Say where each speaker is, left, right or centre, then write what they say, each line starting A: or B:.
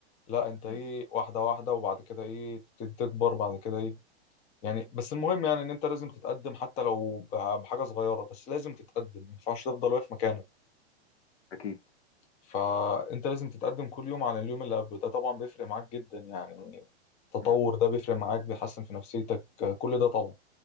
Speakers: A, on the left; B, on the left.
A: لا انت
B: مم.
A: ايه واحده واحده وبعد كده ايه تبتدي تكبر بعد كده ايه يعني بس المهم يعني ان انت لازم تتقدم حتى لو بح- بحاجه صغيره بس لازم تتقدم ما ينفعش تفضل واقف مكانك
B: أكيد
A: فانت لازم تتقدم كل يوم عن اليوم اللي قبله ده طبعا بيفرق معاك جدا يعني التطور
B: مم.
A: ده بيفرق معاك بيحسن في نفسيتك آه، كل ده طبعا